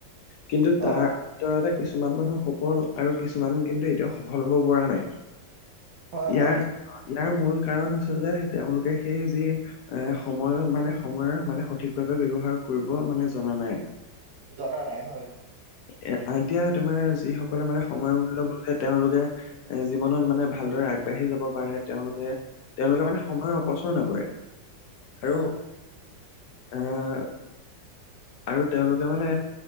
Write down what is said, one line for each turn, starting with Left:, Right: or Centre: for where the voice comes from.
Left: কিন্তু তাৰ
Right: অ',
Left: ভিততে কিছুমান মানুহ সফল আৰু কিছুমান কিন্তু এতিয়া সফল হ'ব পৰা নাই।
Right: হয়,
Left: ইয়াৰ
Right: হয়।
Left: ইয়াৰ মূল কাৰণ হৈছে যে, তেওঁলোকে সেই যি এ, সময় মানে সময়ৰ মানে সঠিকভাৱে ব্যৱহাৰ কৰিব মানে জনা নাই।
Right: জনা নাই হয়।
Left: এ, এতিয়া তোমাৰ যিসকলে মানে সময়ৰ মূল্য বছে তেওঁলোকে এ, জীৱনত মানে ভাল। আগবাঢ়ি যাব পাৰে। তেওঁলোকে, তেওঁলোকে মানে সময়ৰ অপচয় নকৰে আৰু।
Right: <inaudible>
Left: আহ আৰু তেওঁলোকে মানে